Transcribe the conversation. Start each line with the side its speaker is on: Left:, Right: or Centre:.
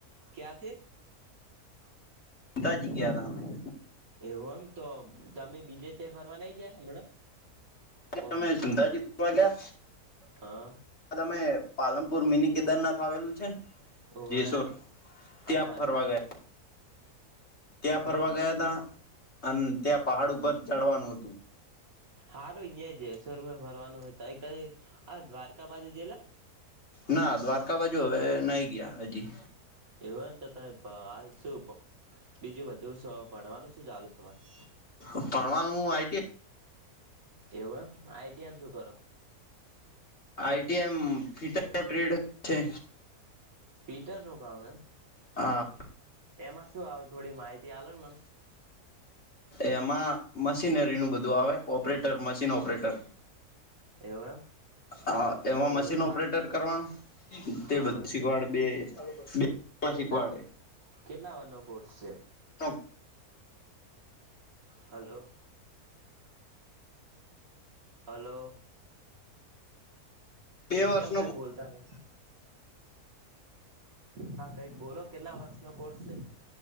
Right: ક્યા થે
Left: તાજી ગયા રામે-
Right: એવું એમ તો તમે બીજે છે ફરવા નહી જયા હમણાં? ઓમ
Left: તમે સુતાજીો ક્યા
Right: હા
Left: તમે પાલનપુર મિની કેદારનાથ આવેલું છે ને
Right: ઓવે
Left: જેસર ત્યાં
Right: અચ્છા અચ્છા
Left: ફરવા ગયા ત્યાં
Right: બરોબર
Left: ફરવા ગયા
Right: બરોબર
Left: હતા અને ત્યાં પહાડ ઉપર ચડવાનું હતું
Right: હારું અહં જે શરમાં ફરવાનું હતું ક આ દ્વારકા બાજુ જેલા
Left: ના દ્વારકા બાજુ હવે ન ગયા હજી
Right: એવુંને તો ત હાલ શું બીજું બધું ભણવાનું શું ચાલુ તમારે
Left: ભણવાનું હું આઈટિઆઈ
Right: એવું એમ આઈટીઆમ શું કરો?
Left: આઈ એમ ફ ટ્રેડ છે.
Right: ફીટર નું કામ એમ
Left: આ
Right: એમાં શું આવ થોડી માહિતી આ ને મને
Left: એમાં મશીનરી નું બધું આવે ઓપરેટર મશીન ઓપરેટર
Right: એવું એમ
Left: હ એમાં મશીન
Right: તો સારું
Left: ઓપરેટર કરવાનું તે
Right: હા
Left: બધું શીખવાડે બે બે માં
Right: કેટલા
Left: શીખવાડે
Right: કેટલા વાર નો કોર્સ છે.
Left: નો
Right: હલો હલો
Left: બે વર્ષનો
Right: કેમ કઈ બોલતા નહિ હા કઈક બોલો કેટલા વર્ષ નો કોર્સ છે.